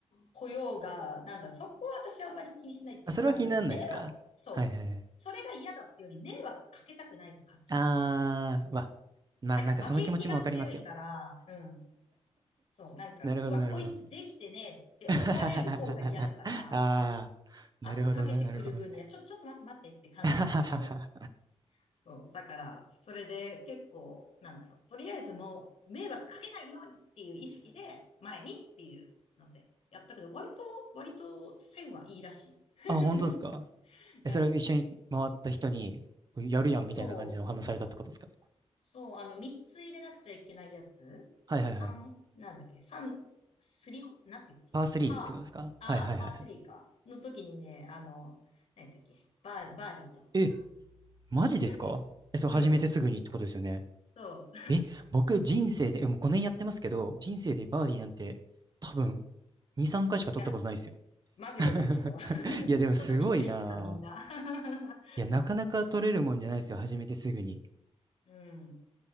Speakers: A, on the left; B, on the right.
A: 雇用が、なんだ、そこは私あんまり気にしないっていうか、
B: あ、それは気にならないですかはいはいはい。
A: なんだろう、迷惑、そう。それが嫌だってより、迷惑かけたくないか勝っちゃって。
B: あー、うわ。まあなんかその気持ちもわかりますよ。
A: なんか、負けん気が強いから、うん。そう、なんか、
B: なるほど、
A: うわ、
B: なるほど。
A: こいつできてねって思われる方が嫌だから、
B: <laughs> ああ、なるほどね、
A: 圧かけてくる分には、
B: なるほどね。
A: ちょ、ちょっと待って待ってって感じだけど、
B: <laughs>
A: そう。だから、それで結構、なんだろう、とりあえずもう、迷惑かけないようにっていう意識で、前にっていうので、やったけど、割と、割と、線はいいらしい。<laughs>
B: あ、本当ですかえ、
A: うん。
B: それを一緒に回った人に、やるやんみたいな感じでお話しされたってことですか
A: そう。そう。あの、3つ入れなくちゃいけないやつ。
B: はいはいはい。
A: 3、なんだっけ ?3、スリホ、なんて言うっけパー、
B: パー3ってことですかはいはいはいはい。
A: あー、パー3か。の時にね、あの、なんだっけバー、バーディー取った。
B: え、マジですかえ、
A: <laughs>
B: それ始めてすぐにってことですよね。
A: うん。そ
B: え、僕人生で、えもう5年やってますけど、人生でバーディーなんて多分
A: う。うん。い
B: 2、3回しか取ったことないですよ
A: や、まぐれだけど。
B: <laughs>
A: <laughs> ちょっとびっくりしてた、
B: いや、でもすごいなあ。
A: みんな。<laughs>
B: いや、なかなか取れるもんじゃないですよ。始めてすぐに。
A: うん。